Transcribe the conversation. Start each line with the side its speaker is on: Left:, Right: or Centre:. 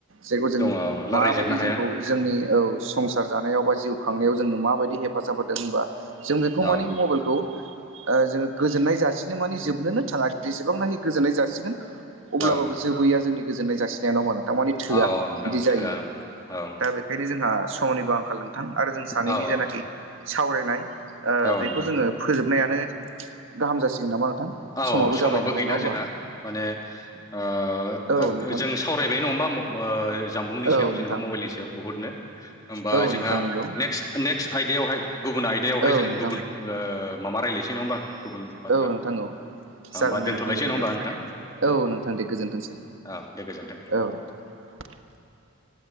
Right: जायखौ जों
Left: दङ औ रायलायजोबनो
Right: माबायदि
Left: हाया
Right: जोंखौ जोंनि औ संसार जानायाव बा जिउ खांनायाव जोंनो माबायदि हेफाजाब होदों होनबा जों बेखौ
Left: औ
Right: मानिे
Left: नोंथां
Right: मबाइलखौ ओ जोङो गोजोननाय जासिनो माने जोबनोनो थाङा जेसेबांनाखि गोजोननाय जासिगोन अब्लाबो
Left: औ नोंथां
Right: जोबबोैया जोंनि गोजोन्नाय जासिनाया नङा होन थारमाने थोआ
Left: औ औ नोंथां
Right: बिदि जायो
Left: थोआ औ औ
Right: दा बेखायनो जोंहा समनिबो आंखाल नोंथां आरो जों सानैनि
Left: औ औ
Right: जेनाखि
Left: नोंथां
Right: सावरायनाय ओ
Left: औ
Right: बेखौ
Left: नोंथां
Right: जोङो फोजोबना यानो गाहाम जासिगोन नामा
Left: औ समाबो
Right: जाबाय नालाय
Left: गैला
Right: नङा होमबा
Left: जोंहा माने ओ
Right: औ नोंथां
Left: जों सावरायबाय नङाबा ओ जानबुंनि
Right: औ
Left: सायाव जेनेबा
Right: नोंथां
Left: मबाइलनि सायाव बुहुदनो होमबा
Right: औ
Left: जोंहा
Right: नोंथां नंगौ
Left: नेक्स नेक्स आयदायावहाय गु गुबुन आयदायावहाय
Right: औ
Left: जों
Right: नोंथां
Left: गुबुन ओ माबा रायज्लायसै नङा होनबा गुबुन बाथ्रा
Right: औ नोंथां औ
Left: होमबा
Right: जागोन दे
Left: दोनथ'लायसै
Right: नोंथां बिदिब्ला
Left: नङा होमबा नोंथां
Right: औ नोंथां दे गोजोनथोंसै
Left: औ दे गोजोन्थों
Right: औ नोंथां
Left: <inaudible>